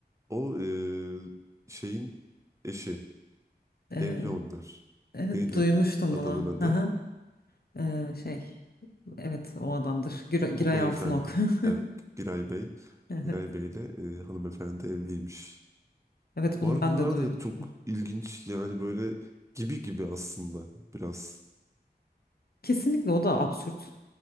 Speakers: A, on the right; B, on the left.
A: O e, şeyin eşi.
B: E,
A: Evli onlar.
B: evet
A: Neydi
B: duymuştum
A: adamın
B: bunu.
A: adı?
B: Hı hı. E, şey. Evet o adamdır. Gür- Giray
A: O beyefendi.
B: Altınok.
A: Evet,
B: <laughs>
A: Giray Bey.
B: Evet.
A: Giray Bey ile e, hanımefendi evliymiş.
B: Evet bunu
A: Var
B: ben
A: bunlar
B: de duymuştum.
A: da çok ilginç yani böyle gibi gibi aslında biraz.
B: Kesinlikle o da absürt.